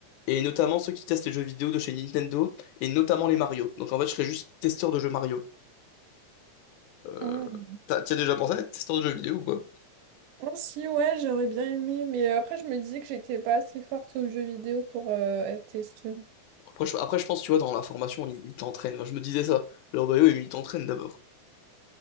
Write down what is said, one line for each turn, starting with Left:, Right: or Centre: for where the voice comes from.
Left: Et notamment ceux qui testent les jeux vidéo de chez Nintendo, et notamment les Mario. Donc en fait, je serais juste testeur de jeux Mario. Euh,
Right: Mm.
Left: t'as, t'y as déjà pensé à être testeur de jeux vidéo ou quoi?
Right: Oh, si, ouais, j'aurais bien aimé, mais après, je me disais que j'étais pas assez forte aux jeux vidéo pour euh, être testeuse.
Left: Après je, après, je pense, tu vois, dans la formation, ils ils t'entraînent. Enfin, je me disais ça. Leur bio, ils t'entraînent d'abord.